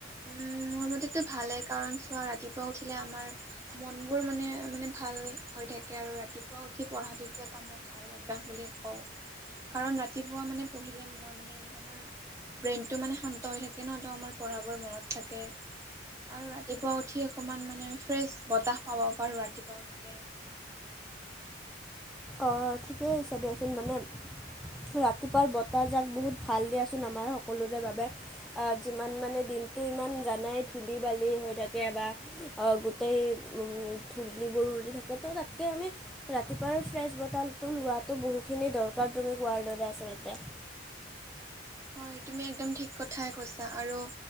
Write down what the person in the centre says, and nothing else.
অ' ঠিকেই হৈছে দিয়াচোন মানে ৰাতিপুৱাৰ বতাহ যাক বহুত ভাল দিয়াচোন আমাৰ সকলোৰে বাবে। আ, যিমান মানে দিনটো ইমান জানাই ধূলি বালি হৈ থাকে বা অ' গোটেই ধূলিবোৰ উৰি থাকে ত' তাতকে আমি ৰাতিপুৱাৰ ফ্ৰেছ বটালটো লোৱাটো বহুতখিনি দৰকাৰ তুমি কোৱাৰ দৰে আচলতে।